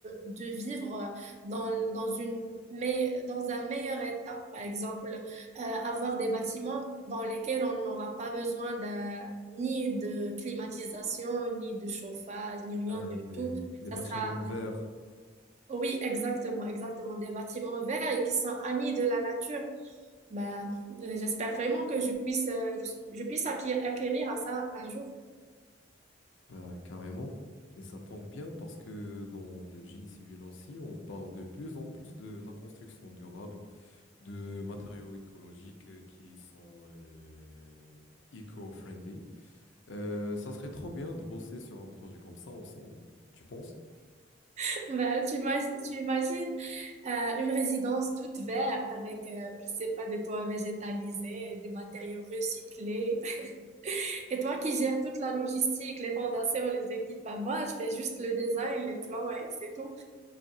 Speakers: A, on the right; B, on the left.
A: de vivre dans, dans une, mais dans un meilleur état. Par exemple, euh, avoir des bâtiments dans lesquels on n'aura pas besoin d'un, ni de climatisation, ni de chauffage, ni rien
B: Euh,
A: du
B: des,
A: tout.
B: des bâtiments
A: Ça sera
B: verts,
A: oui, exactement, exactement. Des bâtiments verts et qui sont amis de la nature. Ben, euh, j'espère vraiment que je puisse, euh, je, je puisse acquérir, acquérir à ça un jour.
B: ben, carrément. Et ça tombe bien parce que dans le génie civil aussi, on parle de plus en plus de la construction durable, de matériaux écologiques euh, qui sont euh, eco-friendly. Euh, ça serait trop bien de bosser sur un projet comme ça ensemble, tu penses?
A: <laughs> Ben, tu ima- tu imagines euh, une résidence toute verte avec, euh, je sais pas, des toits végétalisés, et des matériaux recyclés. <laughs> Et toi qui gères toute la logistique, les fondations, les équipements, moi, je fais juste le design, les plans et c'est tout.